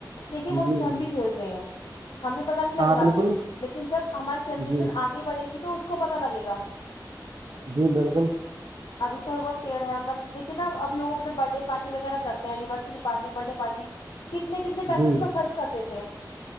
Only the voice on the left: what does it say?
دیکھیے
وہ
چیز ہم بھی کھیل رہے ہیں ہمیں پتا نہیں لگ
رہا
ابھی لیکن جب ہماری جنریشن
آگے بڑھے گی تو اس کو پتا لگے گا
<inaudible> اب تو تھوڑ بہت پیڑ ہے مطل دیکھی نا ابو اپنے برت ڈے پارٹی وغیرہ کرتے ہیں anniversary party birthday party کتنے کتنے پیسے
اس میں خرچ کر دیتے ہیں